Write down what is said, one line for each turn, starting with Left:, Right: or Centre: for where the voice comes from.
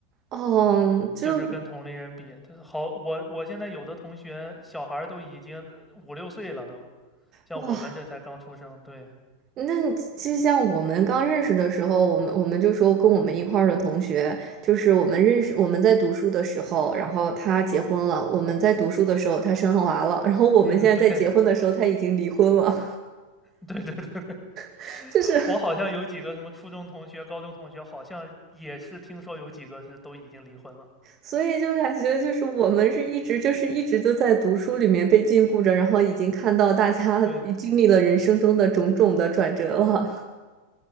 Right: 哦，就
Centre: 就是跟同龄人比，他好，我我现在有的同学小孩都已经五六岁了都，像我们这才刚出生，
Right: 哇，
Centre: 对，
Right: 那就像我们刚认识的时候，我们我们就说跟我们一块儿的同学，就是我们认识我们在读书的时候，然后他结婚了；我们在读书的时候，他生娃了；然后我们现在在结婚的时候，
Centre: 嗯，对
Right: 他已经离婚了。
Centre: <laughs> 对对对，
Right: <laughs> 就是，
Centre: 我好像有几个什么初中同学、高中同学，好像也是听说有几个是都已经离婚了。
Right: 所以就感觉就是我们是一直就是一直都在读书里面被禁锢着，然后已经看到大家
Centre: 对，
Right: <laughs> 经历了人生中的种种的转折了。